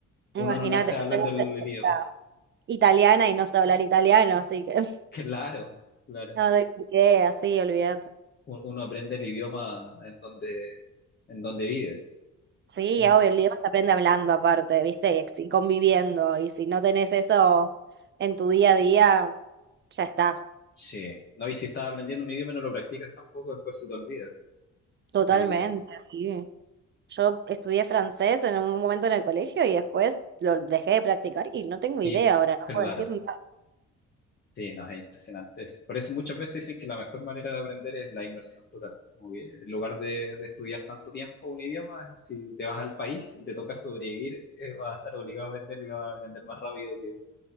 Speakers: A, on the right (about 40°); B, on the left (about 35°).
A: Imagínate,
B: Uno no nace
A: yo
B: hablando
A: tengo
B: el,
A: certeza
B: el idioma.
A: italiana y no sé hablar italiano, así que <laughs>
B: Claro, claro.
A: no te idea, sí, olvídate.
B: U- Uno aprende el idioma en donde, en donde vive.
A: Sí,
B: Muy-
A: obvio, el idioma se aprende hablando aparte, ¿viste? Y ex- y conviviendo. Y si no tenés eso en tu día a día, ya está.
B: sí. No, y si estás aprendiendo un idioma y no lo practicas tampoco, después se te olvida. Sí,
A: Totalmente, sí. Yo estudié francés en un momento en el colegio y después lo dejé de practicar y no tengo
B: y
A: idea ahora, no
B: claro.
A: puedo decir nada.
B: Sí, no, es impresionante. Es- Por eso muchas veces dicen que la mejor manera de aprender es la inmersión total. Como que en lugar de, de estudiar tanto tiempo un idioma, si te vas al país y te toca sobrevivir, eh, vas a estar obligado a aprender y lo vas a aprender más rápido que,